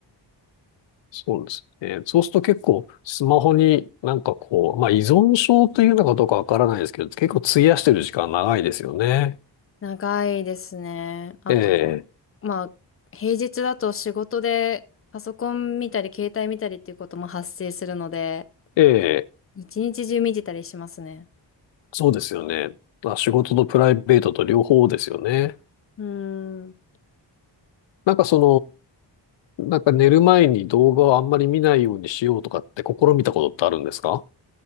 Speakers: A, on the left; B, on the left.
A: そうですね。そうすると結構スマホになんかこう、まあ依存症というのかどうかわからないですけど、結構費やしてる時間長いですよね。
B: 長いですね。あと、
A: え
B: まあ、平日だと仕事でパソコン見たり、携帯見たりっていうことも発生するので、
A: え、ええ、
B: 一日中見てたりしますね。
A: そうですよね。まあ、仕事とプライベートと両方ですよね。
B: うーん、
A: なんかその、なんか寝る前に動画をあんまり見ないようにしようとかって試みたことってあるんですか